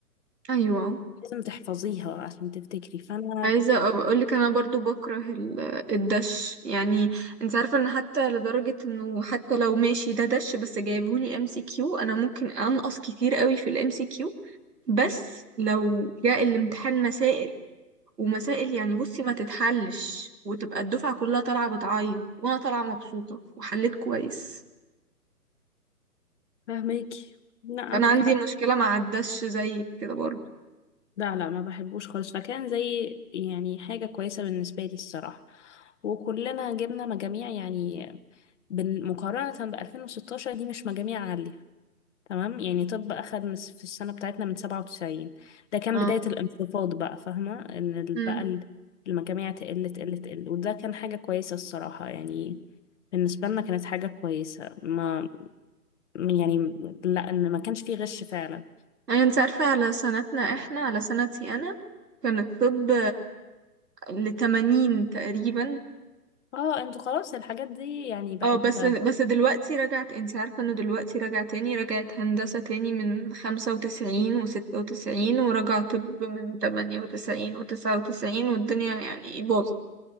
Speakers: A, on the right; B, on the left.
A: ايوه آه.
B: لازم تحفظيها عشان تفتكري فأنا
A: عايزة أبقى اقول لك انا برضو بكره ال- الدش يعني انت عارفة ان حتى لدرجة انه حتى لو ماشي ده دش بس جايبهولي ام سي كيو انا ممكن انقص كتير قوي في الام سي كيو بس لو جاء الامتحان مسائل ومسائل يعني بصي ما تتحلش وتبقى الدفعة كلها طالعة بتعيط وانا طالعة مبسوطة وحليت كويس
B: فاهماكي لا عندك
A: فانا عندي
B: حق
A: مشكلة ما عداش زيك كده برضه
B: لا لا ما بحبوش خالص فكان زي يعني حاجة كويسة بالنسبة لي الصراحة وكلنا جبنا مجاميع يعني بن- مقارنة ب 2016 دي مش مجاميع عالية تمام يعني طب أخد من- في السنة بتاعتنا من سبعة وتسعين ده كان
A: اه
B: بداية الانخفاض بقى فاهمة إن ال-
A: امم
B: بقى ال- المجاميع تقل تقل تقل وده كان حاجة كويسة الصراحة يعني بالنسبة لنا كانت حاجة كويسة ما يعني لا إن ما كانش فيه غش فعلا
A: يعني انت عارفة على سنتنا احنا على سنتي انا كان الطب لتمانين تقريبا
B: اه انتوا خلاص الحاجات دي يعني بقت
A: اه بس بس دلوقتي رجعت انت عارفة انه دلوقتي رجع تاني رجعت هندسة تاني من خمسة وتسعين وستة وتسعين ورجع طب من تمانية وتسعين وتسعة وتسعين والدنيا يعني باظت